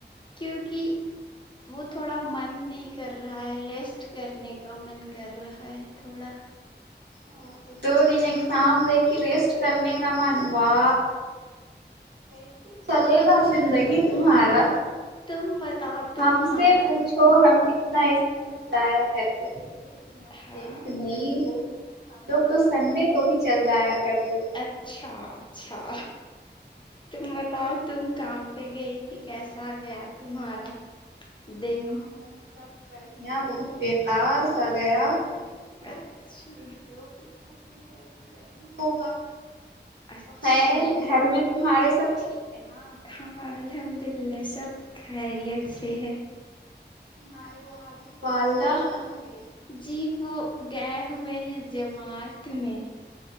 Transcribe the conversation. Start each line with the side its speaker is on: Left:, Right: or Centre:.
Left: کیونکہ وہ تھوڑا من نہیں کر رہا ہے ریسٹ کرنے کا من کر رہا ہے تھوڑا
Right: او تو دو دن اگزام دیک کے ریسٹ کرنے کا من ہوا کیسے چلے
Left: تم
Right: گا زندگی تمہارا
Left: تم بتاؤ تمہارا
Right: ہم سے پوچھ تو ہم کتنا اسکول جایا کرتے تھے ایک دن اب
Left: ہاں
Right: ٹینٹ نہیں
Left: تم
Right: ہو ہم لوگ تو سنڈے کو بھی چل جایا کرتے تھے
Left: اچھا اچھا تم بتاؤ تم کام پہ گئی تھی کیسا گیا تمہارا دن
Right: کام سب بڑھیا بہت بیکار سا گیا تم کیا
Left: اچھا
Right: کر سکتے ہو وہ کس خر میں ہو کہ وہی ہوگا
Left: اچھا
Right: تو خیر گھر میں تمہارے سب ٹھیک ہے نا
Left: ہاں ہاں الحمد للہ سب خیریت سے ہے
Right: تمہارے والد والدہ کہاں گئے
Left: جی وہ گئے ہوئے ہیں جماعت میں